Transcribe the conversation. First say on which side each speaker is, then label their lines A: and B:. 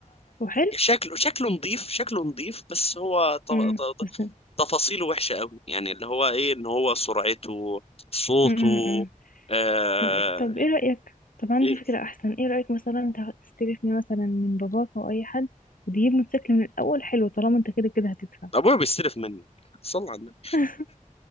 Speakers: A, on the left; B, on the left.
A: وحلو
B: شكله شكله نظيف شكله نظيف بس هو ط- ط-
A: امم
B: ط-
A: بس
B: تفاصيله وحشة قوي يعني اللي هو ايه ان هو سرعته صوته
A: امم إمم.
B: آه
A: طب طب ايه رأيك طب عندي
B: إيه،
A: فكرة احسن ايه رأيك مثلا ت- تستلفني مثلا من باباك او اي حد وتجيب موتوسيكل من الاول حلو طالما انت كده كده هتدفع
B: ابويا بيستلف مني صلى على النبي
A: <laughs>